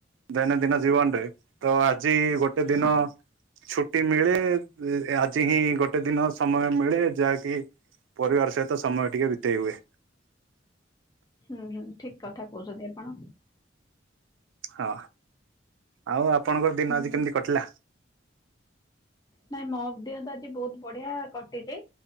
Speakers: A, on the right; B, on the left.
A: ଦୈନଦିନ ଜୀବନରେ ତ ଆଜି ଗୋଟେ ଦିନ
B: ହଁ
A: ଛୁଟି ମିଳେ ଆଜି ହିଁ ଗୋଟେ ଦିନ ସମୟ ମିଳେ ଯାହାକି ପରିବାର ସହିତ ସମୟ ଟିକେ ବିତେଇ ହୁଏ।
B: ହୁଁ ହୁଁ ଠିକ କଥା କହୁଛନ୍ତି ଆପଣ।
A: ହଁ ଆଉ ଆପଣଙ୍କର ଦିନ
B: ହୁଁ
A: ଆଜି କେମିତି କଟିଲା?
B: ନାଇଁ ମୋ ଦେହ ତ ଆଜି ବହୁତ ବଢିଆ କଟିଛି